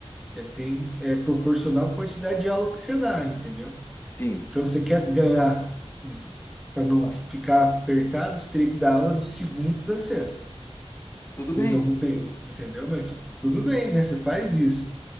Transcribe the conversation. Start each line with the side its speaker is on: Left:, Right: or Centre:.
Centre: é, tem, é proporcional à quantidade de aula que você dá, entendeu?
Left: Sim,
Centre: Então, se você quer ganhar, para não
Left: bas-
Centre: ficar apertado, você teria que dar aula de segunda a sexta,
Left: tudo bem.
Centre: em algum período, entendeu? Mas tu- tudo bem, né? Você faz isso.